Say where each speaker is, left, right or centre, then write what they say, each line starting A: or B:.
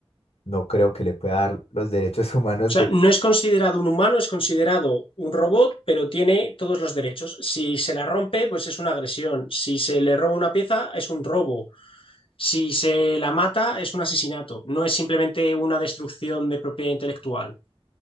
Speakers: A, on the left; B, on the left.
A: no creo que le pueda dar los derechos <laughs> humanos
B: O sea,
A: que...
B: no es considerado un humano, es considerado un robot, pero tiene todos los derechos. Si se la rompe, pues es una agresión. Si se le roba una pieza, es un robo. Si se la mata, es un asesinato. No es simplemente una destrucción de propiedad intelectual.